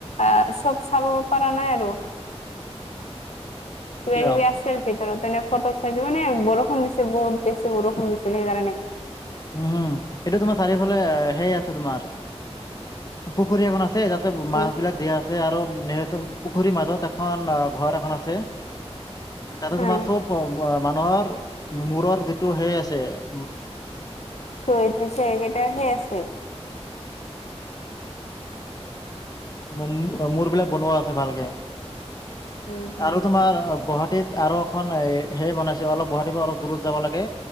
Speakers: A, on the left; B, on the left.
A: অ', চব চাব পৰা নাই আৰু। কিবা
B: কিয়
A: কিবি আছিল ভিতৰত, তেনেক ফটোত চাইছোঁ, মানে বৰষুণ দিছিল, বহুত বছি বৰষুণ দিছিলে, সেইকাৰণে
B: উম, এইটো তোমাৰ চাৰিওফালে হেৰি আছে তোমাৰ, পুখুৰী এখন আছে তাত মাছ
A: উম
B: বিলাক দিয়া আছে আৰু সেইটো পুখুৰীৰ মাজত এখন ঘৰ এখন আছে। তাতে তোমাৰ
A: উম
B: চব মানুহৰ মূৰৰ যিটো সেই আছে, উ
A: কৈ থৈছে, এইকেইটাহে আছে।
B: মূ-মূ-মূৰবিলাক বনোৱা আছে ভালকে,
A: উম হম
B: আৰু তোমাৰ গুৱাহাট ৱাহাটীত আৰু এখন এ হেৰি বনাইছে অলপ গুৱাহাটীত অলপ দূৰত যাব লাগে,